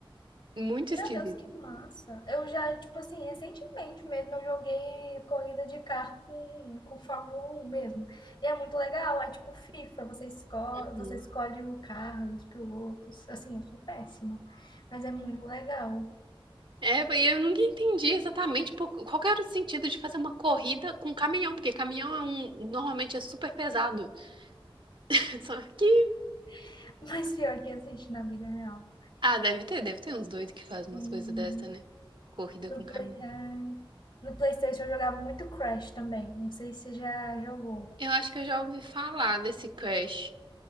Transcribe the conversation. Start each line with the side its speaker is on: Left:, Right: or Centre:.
Right: muito
Left: Meu
Right: esquisito.
Left: Deus, que massa. Eu já, tipo assim, recentemente mesmo eu joguei corrida de carro com, com Fórmula um mesmo. E é muito legal. É tipo FIFA, você escolhe,
Right: Uhum.
Left: você escolhe o carro e os pilotos. Assim, eu sou péssima, mas é muito legal.
Right: É, e eu nunca entendi exatamente por- qual que era o sentido de fazer uma corrida com caminhão, porque caminhão é um, normalmente é super pesado. <laughs> Só que,
Left: <laughs> Mas pior que existe na vida real.
Right: ah, deve ter, deve ter uns doidos que fazem
Left: Sim.
Right: umas coisas dessa, né? Corrida
Left: No
Right: com caminhão.
Left: Play... ai. No PlayStation eu jogava muito Crash também. Não sei se você já jogou.
Right: Eu acho que eu já ouvi falar desse Crash.